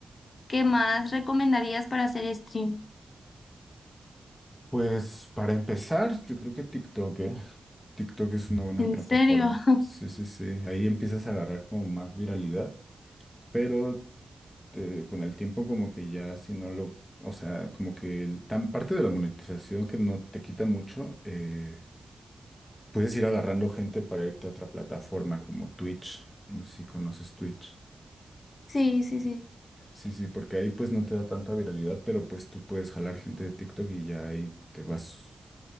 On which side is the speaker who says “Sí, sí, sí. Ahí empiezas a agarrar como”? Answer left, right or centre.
Left